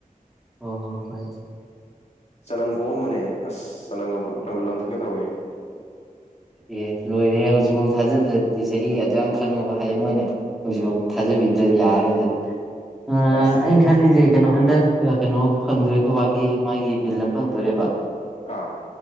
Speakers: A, in the centre; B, on the left (about 45°).
A: ꯍꯣꯏ ꯍꯣꯏ ꯍꯣꯏ ꯑ
B: ꯆꯅꯪ ꯀꯣꯃꯅꯦ ꯑꯁ ꯆ ꯅꯣ ꯂꯊꯣꯛꯒꯦ ꯇꯋꯦ
A: ꯑꯦ ꯂꯣꯏꯔꯦ ꯍꯧꯖꯤꯛꯐꯥꯎ ꯊꯥꯖꯗ꯭ꯔꯗꯤ ꯆꯍꯤ ꯑꯗꯨ ꯌꯥꯝ ꯈꯪꯉꯕ ꯍꯥꯏ ꯃꯣꯏ ꯍꯧꯖꯤꯛꯐꯥꯎ ꯊꯥꯖꯕꯤꯗ꯭ꯔ ꯌꯥꯔꯔꯣꯏ ꯑꯗꯨꯗꯤ ꯑꯩꯅ
B: ꯑꯁ ꯀꯩ
A: ꯈꯜꯂꯤꯁꯦ ꯀꯩꯅꯣ ꯍꯟꯗꯛ ꯀꯩꯅꯣ ꯐꯪꯗꯔꯤꯀꯣꯕꯥꯒꯤ ꯃꯥꯒꯤ ꯕꯤꯜ ꯑꯃ ꯐꯪꯗꯣꯔꯤꯕ
B: ꯑꯥ